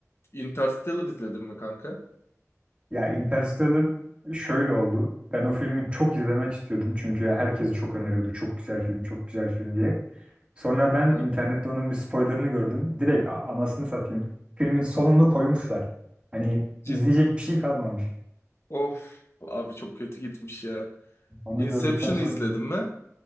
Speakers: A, on the left (about 50°); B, on the right (about 20°).
A: Interstellar izledin mi kanka?
B: Ya Interstellar şöyle oldu. Ben o filmi çok izlemek istiyordum. Çünkü herkes çok öneriyordu. Çok güzel film, çok güzel film diye. Sonra ben
A: Ha?
B: internette onun bir spoilerını gördüm. Direkt a- anasını satayım. Filmin sonunu koymuşlar. Hani
A: Ciddi.
B: izleyecek bir şey kalmamış.
A: Of abi çok kötü gitmiş ya.
B: Onu
A: Inception'ı
B: gördükten sonra
A: izledin mi?